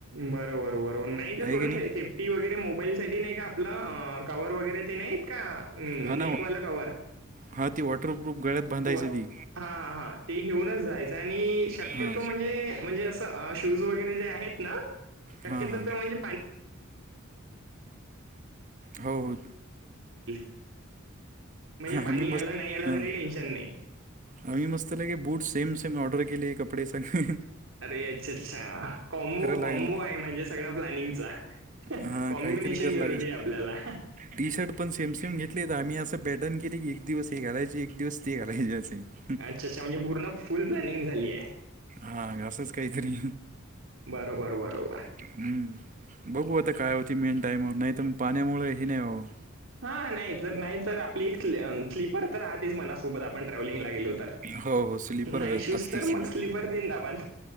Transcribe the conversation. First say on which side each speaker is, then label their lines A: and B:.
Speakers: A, on the right; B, on the right.
A: बरोबर बरोबर नाही तर थोडंच
B: की नाही
A: आहे सेफ्टी वगैरे मोबाईल साठी नाही आपलं कवर वगैरे ते नाहीत का
B: हा ना
A: नेकवालं कवर
B: हा ती वॉटरप्रूफ गळ्यात बांद्यायचंय
A: व
B: ते
A: हां हां ते घेऊनच जायचं आणि शक्यतो
B: हां
A: म्हणजे म्हणजे असं शूज वगैरे जे आहेत ना शक्यतो
B: हां हां
A: तो म्हणजे
B: हो हो
A: <unintelligible> म्हणजे पाणी
B: आम्ही
A: याला
B: मस्त
A: नाही याला
B: हां
A: तरीही टेन्शन नाही.
B: आम्ही मस्त पैकी बूट सेम सेम ऑर्डर केले आहे कपडे सगळे
A: अरे अच्छा अच्छा कॉम्बो
B: लागेल
A: कॉम्बो आहे म्हणजे सगळा प्लॅनिंगचा.
B: हा
A: कॉम्बिनेशन
B: काहीतरी करावं
A: जरुरी
B: लागेल
A: आहे आपल्याला
B: टी शर्ट पण सेम सिम घेतले तर आम्ही असं पॅटर्न केले की एक दिवस हे घालायचे एक दिवस ते घालायचे असे हं,
A: अच्छा अच्छा म्हणजे पूर्ण फुल प्लनिंग झाली आहे.
B: हा असच कायतरी.
A: बरोबर बरोबर
B: हम्म बघू आता काय होती मेन टाइमवर नाही तर मग पाण्यामुळे हे नाही होत
A: हा नाही तर नाही तर आपली स्लीपर तर राहतेच मनासोबत आपण ट्रॅव्हलिंगला गेलो होत
B: हो हो स्लीपर
A: नाही शूज
B: असतेच
A: तर
B: समजा
A: मग स्लीपर जिंदाबाद